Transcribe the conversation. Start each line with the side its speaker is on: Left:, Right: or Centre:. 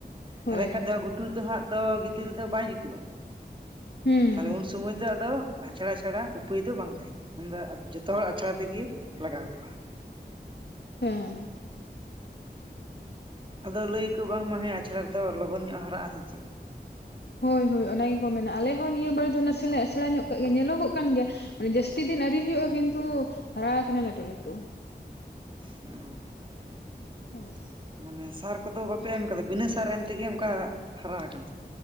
Right: ᱛᱟᱦᱞᱮ
Left: ᱦᱳᱭ
Right: ᱠᱷᱟᱱ ᱫᱚ ᱜᱷᱩᱴᱩ ᱨᱮᱫᱚ ᱦᱟᱸᱜ ᱛᱚ ᱜᱤᱛᱤᱞ ᱫᱚ ᱵᱟᱭ ᱡᱩᱛᱩᱜᱼᱟ᱾
Left: ᱦᱩᱸ
Right: ᱛᱟᱦᱞᱮ ᱩᱱ ᱥᱚᱢᱚᱭ ᱫᱚ ᱟᱫᱚ ᱟᱪᱷᱲᱟ ᱪᱷᱟᱲᱟ ᱩᱯᱟᱹᱭ ᱫᱚ ᱵᱟᱝ ᱛᱟᱦᱮᱱᱟ᱾ ᱩᱱᱫᱚ ᱡᱚᱛᱚ ᱦᱚᱲ ᱟᱪᱷᱲᱟ ᱛᱮᱜᱮ ᱞᱟᱜᱟᱣ ᱟᱠᱚᱣᱟ᱾
Left: ᱦᱮᱸ <unintelligible>
Right: ᱟᱫᱚ ᱞᱟᱹᱭ ᱟᱠᱚ ᱵᱟᱝᱢᱟ ᱦᱮ ᱟᱪᱷᱲᱟ ᱨᱮ ᱫᱚ ᱞᱚᱜᱚᱱ ᱧᱚᱜ ᱦᱟᱨᱟᱜᱼᱟ ᱥᱮ ᱪᱮᱫ
Left: ᱦᱳᱭ ᱦᱳᱭ, ᱚᱱᱟ ᱜᱮᱠᱚ ᱢᱮᱱᱟ ᱟᱞᱮ ᱦᱚᱸ ᱱᱤᱭᱟᱹ ᱵᱟᱨᱮ ᱫᱚ ᱱᱟᱥᱮ ᱟᱪᱷᱟᱲᱟ ᱧᱚᱜ ᱠᱟᱜ ᱜᱮᱭᱟ ᱧᱮᱞᱚᱜᱚᱜ ᱠᱟᱱ ᱜᱮᱭᱟ᱾ ᱢᱟᱱᱮ ᱡᱟᱹᱥᱛᱤ ᱫᱤᱱ ᱟᱹᱣᱨᱤ ᱦᱩᱭᱩᱜᱼᱟ, ᱠᱤᱱᱛᱩ ᱦᱟᱨᱟ ᱟᱠᱟᱱᱟ ᱞᱟᱹᱴᱩ ᱞᱟᱹᱴᱩ
Right: ᱚ <unintelligible>
Left: ᱦᱳᱭ
Right: ᱢᱟᱱᱮ ᱥᱟᱨ ᱠᱚᱫᱚ ᱵᱟᱯᱮ ᱮᱢ ᱠᱟᱫᱟ ᱵᱤᱱᱟᱹ ᱥᱟᱨ ᱮᱢ ᱛᱮᱜᱮ ᱚᱱᱠᱟ ᱦᱟᱨᱟ ᱟᱠᱟᱱᱟ᱾